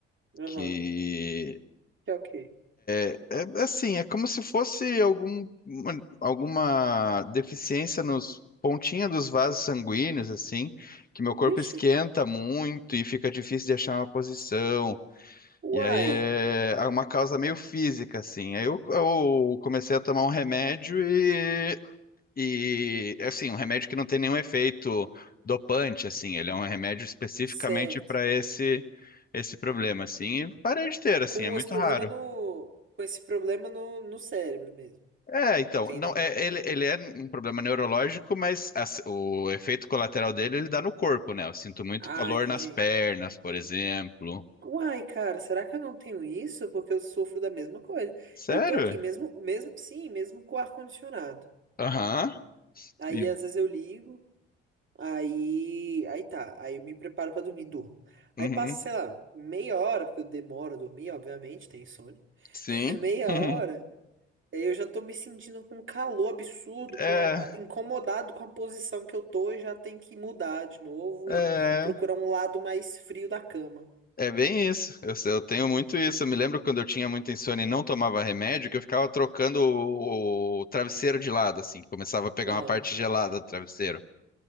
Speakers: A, on the right; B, on the left.
A: Aham.
B: que
A: Que é o quê?
B: é é assim, é como se fosse algum, uma- alguma deficiência nos pontinha dos vasos sanguíneos, assim, que meu corpo
A: Vixe.
B: esquenta muito e fica difícil de achar uma posição.
A: Uai.
B: E aí é é uma causa meio física, assim. Aí eu, eu comecei a tomar um remédio e, e assim, um remédio que não tem nenhum efeito dopante, assim. Ele é um remédio especificamente
A: Certo.
B: para esse esse problema, assim. E parei de ter, assim,
A: Com
B: é muito
A: esse problema
B: raro.
A: no. Com esse problema no, no cérebro mesmo.
B: É, então,
A: Não tem
B: não,
A: nada.
B: é, ele, ele é um problema neurológico, mas as- o efeito colateral dele ele dá no corpo, né? Eu sinto muito
A: Ah,
B: calor
A: entendi.
B: nas pernas, por exemplo.
A: Uai, cara, será que eu não tenho isso? Porque eu sofro da mesma coisa.
B: Sério?
A: Eu tô aqui mesmo, mesmo, sim, mesmo com o ar-condicionado.
B: Aham.
A: Aí
B: E-
A: às vezes eu ligo. Aí, aí tá, aí eu me preparo pra dormir, durmo.
B: Uhum.
A: Aí passa, sei lá, meia hora, porque eu demoro a dormir, obviamente, tem insônia. <laughs>
B: Sim.
A: Meia hora,
B: <laughs>
A: aí eu já tô me sentindo com um calor absurdo,
B: É,
A: com a- a- incomodado com a posição que eu tô e já tenho que mudar de novo
B: é,
A: e procurar um lado mais frio da cama.
B: é bem isso. Eu, eu tenho muito isso. Eu me lembro quando eu tinha muita insônia e não tomava remédio, que eu ficava trocando o, o travesseiro de lado, assim, começava a pegar
A: Aham.
B: uma parte gelada do travesseiro.